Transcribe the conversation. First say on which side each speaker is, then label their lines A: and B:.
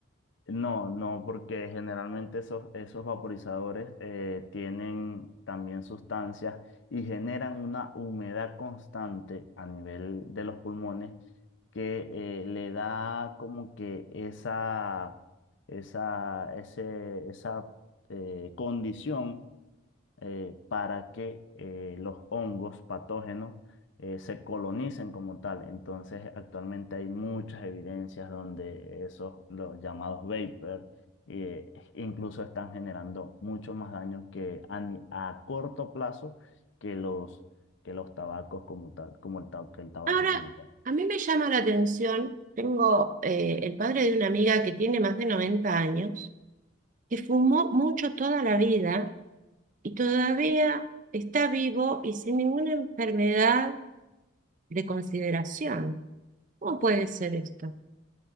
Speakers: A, on the left; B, on the right.
A: No, no, porque generalmente esos, esos vaporizadores eh, tienen también sustancias y generan una humedad constante a nivel de los pulmones que eh, le da como que esa, esa, ese- esa eh, condición eh, para que eh, los hongos patógenos eh, se colonicen como tal. Entonces, actualmente hay muchas evidencias donde esos, los llamados vapor, eh, incluso están generando mucho más daño que a, ni- a corto plazo que los, que los tabacos como tal, como el, ta- que el tabaco
B: Ahora,
A: como tal.
B: a mí me llama la atención, tengo eh, el padre de una amiga que tiene más de 90 años, que fumó mucho toda la vida y todavía está vivo y sin ninguna enfermedad de consideración. ¿Cómo puede ser esto?